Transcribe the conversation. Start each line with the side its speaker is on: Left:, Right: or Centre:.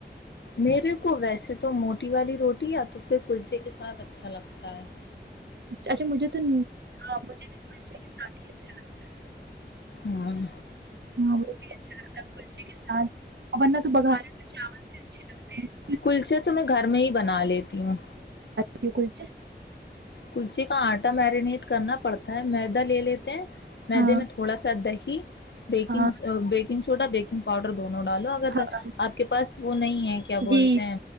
Left: میرے کو ویسے تو موٹی والی روٹی یا تو پھر کلچے کے ساتھ اچھا لگتا ہے
Right: اچھا مجھے تو ہاں مجھے بھی ساتھ ہی اچھا لگتا ہے
Left: ہاں
Right: ہاں وہ بھی اچھا لگتا ہے کلچے کے ساتھ اور ورنہ تو بگار چاول بھی اچھے لگتے ہیں
Left: کلچے تو میں گھر میں ہی بنا لیتی ہوں
Right: تی کلچے
Left: کلچی کا آٹا میرینیٹ کرنا پڑتا ہے میدا لے لیتے ہیں م
Right: ہاں
Left: دے میں تھوڑا سا ادا ہی ج بیکن
Right: ہاں
Left: بیکن سوایکنگؤڈر دو ڈالو اگر
Right: ہاں
Left: اپ کے پاس وہ نہیں ہے کیا بولتے
Right: جی
Left: ہیں